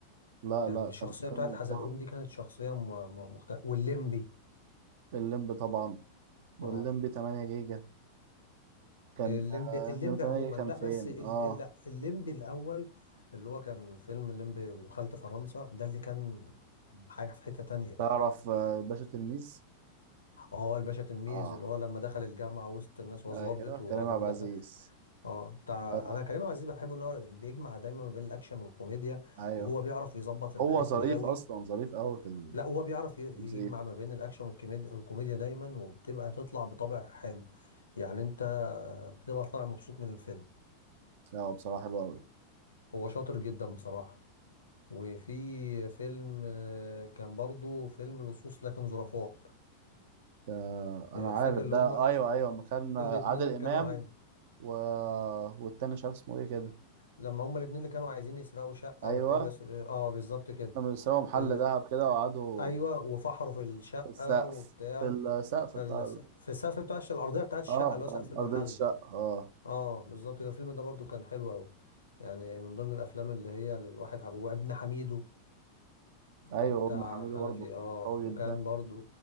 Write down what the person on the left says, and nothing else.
يعني
الشخصية
بتاعت
حزلقوم دي كانت شخصية مختلفة والليمبي
اه
الليمبي
الليمبي
عموما
لا
بس ال...
ال... لا، الليمبي الأول اللي هو كان فيلم الليمبي وخلت فرنسا ده اللي كان حاجة في حتة تانية
اه الباشا تلميذ
اللي هو لما دخل الجامعة وسط الناس هو
ظابط
وبعدين
دخل اه بتاع
أنا كريم عبد العزيز بحبه إن هو بيجمع دايما ما بين الأكشن والكوميديا
وهو بيعرف يظبط الحتة
دي قوي
لا هو بيعرف ي- يجمع
ما بين الاكشن والكوميديا الكوميديا دايما وبتبقى تطلع بطبع حلو يعني انت بتبقى طالع مبسوط من الفيلم
هو شاطر جدا بصراحة وفي فيلم آه، كان برضو فيلم لصوص لكن ظرفاء
آه، فاكر
اللي
هم
الاتنين اللي
كانوا عايز
لما هم الاتنين اللي كانوا عايزين يسرقوا شقة
وبيحاولوا يسرقوا اه آه، بالظبط كده
ال...
ايوه وفحروا في الشقة
وبتاع
فال...
في السقف بتاع الش- الارضية بتاعت الشقة
اللي هو سقف
المحل
اه بالظبط كده الفيلم ده برضو كان حلو قوي يعني من ضمن الافلام اللي هي الواحد حب... وابن حميدو
آه، بتاع
حنفي
اه
وكان
برضو